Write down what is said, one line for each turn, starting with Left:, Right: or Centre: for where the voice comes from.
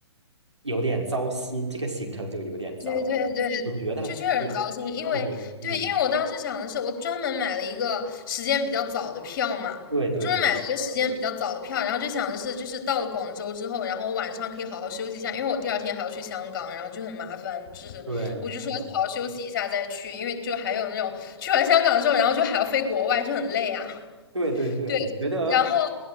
Right: 有点糟心，这个行程就有点糟心。
Left: 对对对，
Right: 我觉得，
Left: 就确实很糟心，
Right: 我
Left: 因为对，
Right: 我觉得，嗯，
Left: 因为我当时想的是，我专门买了一个时间比较早的票嘛，
Right: 对对对
Left: 专门买了一个时间比较早的票，然后就想的是，就是到了广州之后，然后我晚上可以好好休息一下，因为我第二天还要去香港，然后就很麻烦，就是我就说好好休息一下再去，
Right: 对，是的，
Left: 因为就还有那种去完香港之后，然后就还要飞国外，就很累啊，
Right: 对对对，
Left: 对，
Right: 我觉得，
Left: 然后。